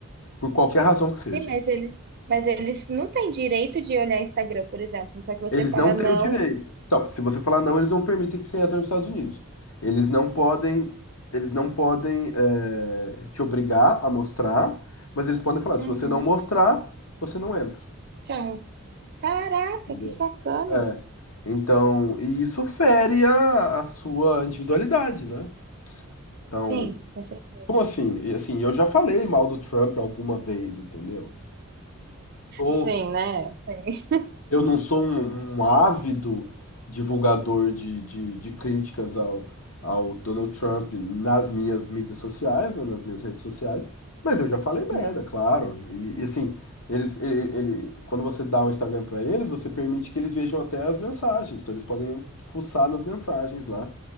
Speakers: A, on the left; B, on the right.
A: por qualquer razão que seja.
B: Sim, mas eles, mas eles não têm direito de olhar Instagram, por exemplo. Só que você
A: Eles
B: fala
A: não têm
B: não.
A: o direito. Então, se você falar não, eles não permitem que você entre nos Estados Unidos. Eles não podem, eles não podem eh, te obrigar a mostrar, mas eles podem falar, se
B: Uhum.
A: você não mostrar, você não entra.
B: Chama. Caraca,
A: Entendeu?
B: que sacana.
A: É. Então, e isso fere a, a sua individualidade, né? Então,
B: Sim, com certeza.
A: como assim? E, assim, eu já falei mal do Trump alguma vez, entendeu? Não,
B: Sim, né? Sim.
A: Eu não sou um, um ávido divulgador de, de, de críticas ao, ao Donald Trump nas minhas mídias sociais, né, nas minhas redes sociais, mas eu já falei merda,
B: Uhum.
A: claro. E, e, assim, eles, ele, ele- quando você dá o Instagram para eles, você permite que eles vejam até as mensagens, então eles podem fuçar nas mensagens lá